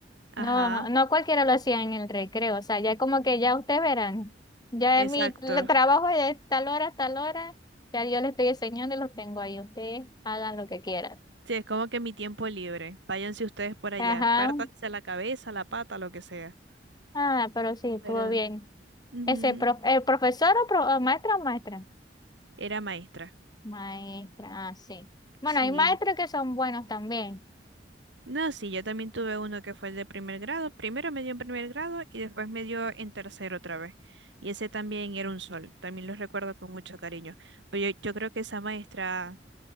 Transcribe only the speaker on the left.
No, no cualquiera lo hacía en el recreo. O sea, ya como que ya ustedes verán. Ya
es mi tra- trabajo es de tal hora a tal hora. Ya yo les estoy enseñando y los tengo ahí. Ustedes hagan lo que quieran.
Ajá.
Ah, pero sí, estuvo
bien.
Ese prof- el profesor o pro- o maestra o maestra.
Maestra, ah, sí. Bueno,
hay maestros que son buenos también.